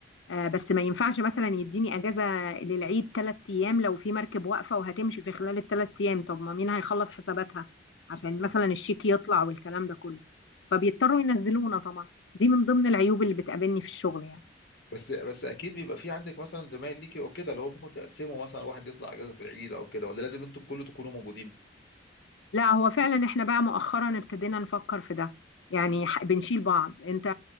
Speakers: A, on the left; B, on the left.
A: آه، بس ما ينفعش مثلا يديني اجازه للعيد ثلاث ايام لو في مركب واقفه وهتمشي في خلال الثلاث ايام طب ما مين هيخلص حساباتها عشان
B: مم.
A: مثلا الشيك يطلع والكلام ده كله فبيضطروا ينزلونا طبعا دي من ضمن العيوب اللي بتقابلني في الشغل يعني
B: بس بس اكيد بيبقى في عندك مثلا زمايل ليكي او كده اللي هو ممكن تقسمه مثلا واحد يطلع اجازه في العيد او كده ولا لازم انتوا كله تكونوا موجودين
A: لا هو فعلا احنا بقى مؤخرا ابتدينا نفكر في ده يعني ح- بنشيل بعض انت